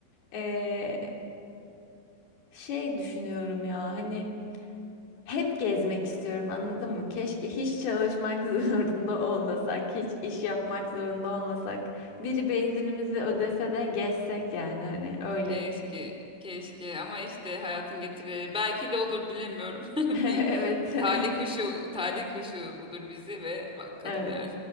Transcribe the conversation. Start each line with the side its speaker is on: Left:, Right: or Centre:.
Left: eee, şey düşünüyorum ya hani hep gezmek istiyorum anladın mı? Keşke hiç çalışmak <laughs> zorunda olmasak, hiç iş yapmak zorunda olmasak. Biri benzinimizi ödese de gezsek yani hani öyle.
Centre: Keşke, keşke ama işte hayatın getirileri belki de olur bilemiyorum. <laughs>
Left: <laughs> Evet.
Centre: Bir
Left: <laughs>
Centre: talih kuşu, talih kuşu bulur bizi ve bakalım
Left: Evet.
Centre: yani.